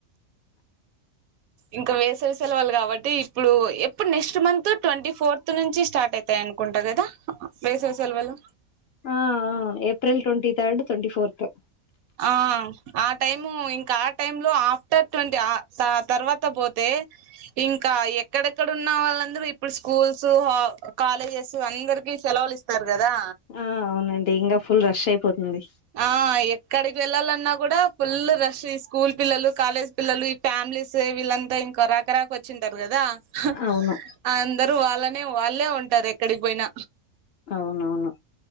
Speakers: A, on the right; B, on the left.
A: ఇంకా వేసవి సెల్వల్ గాబట్టి ఇప్పుడు ఎప్పుడు నెక్స్ట్ మంత్ ట్వంటీ ఫోర్త్ నుంచి స్టార్టైతై అనుకుంటా గదా వేసవి సెలవులు.
B: ఆఆ April twenty third twenty fourth. టు.
A: ఆ ఆ టైము ఇంకా ఆ టైమ్ లో ఆఫ్టర్ ట్వంటీఆ సా తర్వాత పోతే ఇంకా ఎక్కడెక్కడ ఉన్న వాళ్ళందరూ ఇప్పుడు స్కూల్స్ హా కాలేజెస్ అందరికి సెలవులు ఇస్తారు. గదా.
B: ఆ అవునండి ఇంగా ఫుల్ రష్ ఐపోతుంది.
A: ఆ ఎక్కడికి వెళ్ళాలన్నా కూడా ఫుల్ రష్ ఈ స్కూల్ పిల్లలు కాలేజ్ పిల్లలు ఈ ఫ్యామిలీస్ వీళ్ళంతా ఇంక రాకరాక వచ్చింది. టర్ గదా హా
B: అవును
A: అందరూ వాళ్ళ. అనే వాళ్ళే ఉంటారు ఎక్కడికి బోయిన.
B: అవునవును.